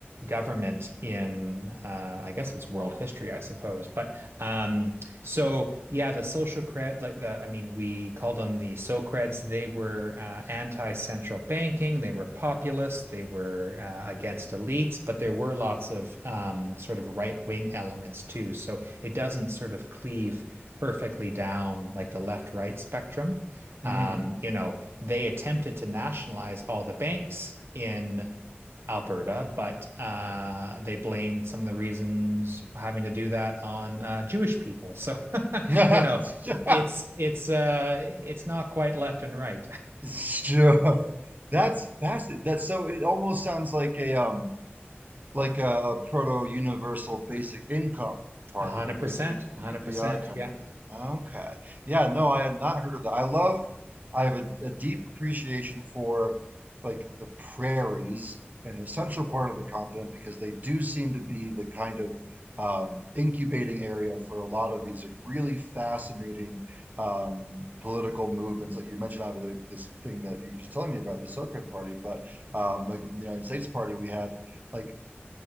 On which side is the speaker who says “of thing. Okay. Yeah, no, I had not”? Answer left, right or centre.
Right